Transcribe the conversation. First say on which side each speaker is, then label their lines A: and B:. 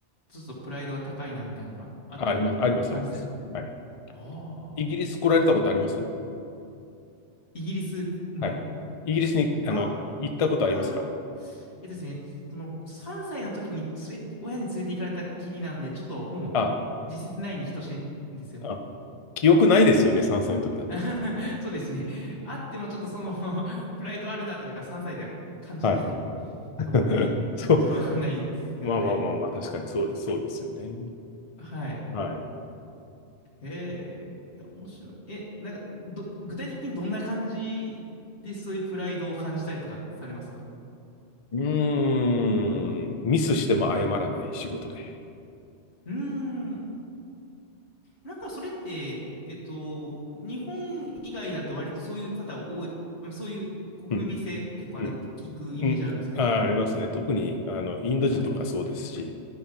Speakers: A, on the left; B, on the left.
A: ちょっとプライドが高いなみたいな、あったり、
B: あ、あります、あります、
A: 感じたり。
B: あります。はい。
A: ああ。
B: イギリス来られたことあります
A: イギリス村
B: はい。イギリスに、あの、
A: あ、
B: 行ったことありますか
A: あーえっとですね、その3歳の時に連れ、親に連れて行かれたきりなんで、ちょっともう
B: あ、
A: 実質ないに等しいんですよ。
B: あ、記憶ないですよね、3歳の時だと。
A: <laughs> そうですね。あってもちょっとその <laughs> プライドあるなとか3歳では感じ取れない
B: はい。<laughs>
A: と思うんで、
B: そう。
A: ちょっとわかんないですけど、
B: まあまあまあまあ、
A: はい。
B: 確かにそう、そうですよね。
A: はい。
B: はい。
A: へえ、いや、面白い。え、なんか、ど、具体的にどんな感じでそういうプライドを感じたりとかされますか
B: うーん。ミスしても謝らない仕事で。
A: うーん。なんかそれって、えっと、日本以外だと割とそういう方多い、うんそういう国民性結構あるって聞くイメージあるんですけど。
B: うん。うん。うん。あー、ありますね。特に、あの、インド人とかそうですし、
A: はい。